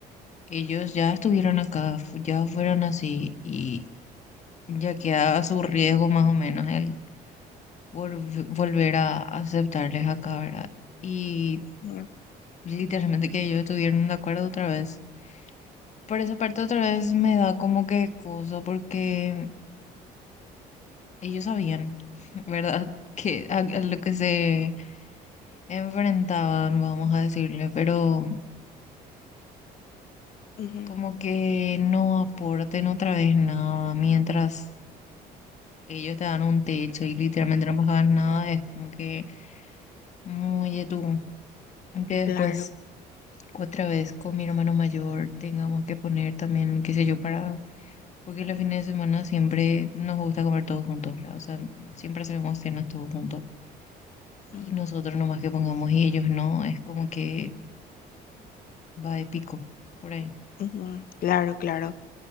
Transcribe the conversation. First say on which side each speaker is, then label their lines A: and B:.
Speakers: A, on the left; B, on the left.
A: Ellos ya estuvieron acá, fu- ya fueron así y ya queda a su riesgo más o menos el volv- volver a aceptarles acá, ¿verdad? Y
B: Ujú,
A: literalmente que ellos estuvieron de acuerdo otra vez. Por esa parte otra vez me da como que cosa porque ellos sabían, <laughs> ¿verdad? Que a, a lo que se enfrentaban, vamos a decirle, pero
B: ujú.
A: como que no aporten otra vez nada mientras ellos te dan un techo y literalmente no pagas nada, es como que muy de tú. que después,
B: Claro,
A: otra vez con mi hermano mayor, tengamos que poner también, qué sé yo, para. Porque los fines de semana siempre nos gusta comer todos juntos, ¿verdad? O sea, siempre hacemos cenas todos juntos. Y
B: ujú,
A: nosotros nomás que pongamos y ellos no, es como que va de pico por ahí.
B: ujú, Claro, claro.